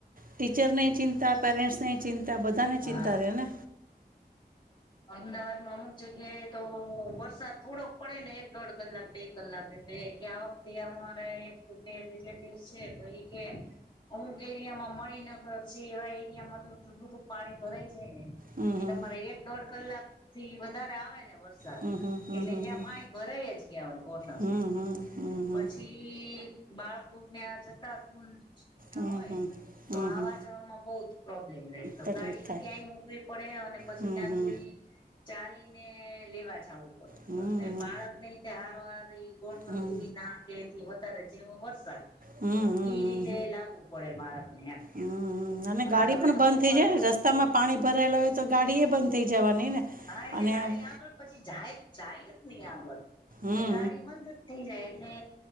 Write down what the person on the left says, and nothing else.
હા
અમદાવાદમાં અમુક જગ્યાએ તો વરસાદ થોડોક. પડે ને એક દોઢ કલાક બે કલાક એટલે કે આ વખતેમા છે ટ્વિન્સ છે. કે અમુક એરિયામાં મણિનગર છે એવા એરિયામાં તો બધું પાણી ભરાઈ જાય ને
કે તમારે એક દોઢ કલાક થી વધારે આવે ને એટલે
ત્યાં પાણી ભરાઈ જ ગયા હોય ગોઠણ
સુધીમાં
પછી.
બાળકોને જતા સ્કૂલ ટ્યુશન ત્યા
હોય.
તો
આવા
જવામાં બહુ પ્રોબ્લેમ રહે તો
ગાડી
ક્યાંય મૂકવી પડે અને પછી
ત્યાં
ચાલીને લેવા જાવું પડે
બાળક ને તે હારો હાર ગોઠણ
સુધી ના બેથી વધારે જેવો વરસાદ.
એઈ રીતે
લાવવું પડે બાળક ને એમ.
અને
હવે
તો
કોક
વાર
તો.
હા એટલે
ગાડી
આગળ પછી જાય જાય જ નહી આગળ એટલે
ગાડી બંધ જ થઈ જાય. એટલે